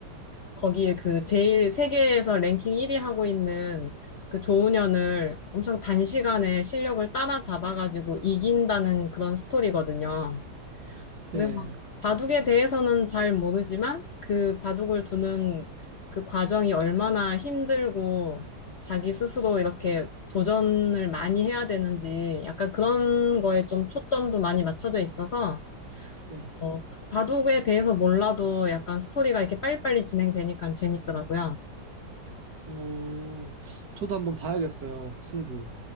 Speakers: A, on the left (about 60°); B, on the right (about 60°).
A: 거기에 그 제일 세계에서 랭킹 1위 하고 있는 그 조은현을 엄청 단시간에 실력을 따라잡아가지고 이긴다는 그런 스토리거든요. 그래서
B: 네,
A: 바둑에 대해서는 잘 모르지만 그 바둑을 두는 그 과정이 얼마나 힘들고 자기 스스로 이렇게 도전을 많이 해야 되는지 약간 그런 거에 좀 초점도 많이 맞춰져 있어서
B: 네.
A: 어, 바둑에 대해서 몰라도 약간 스토리가 이렇게 빨리빨리 진행되니까 재밌더라고요.
B: 어, 저도 한번 봐야겠어요. 승부.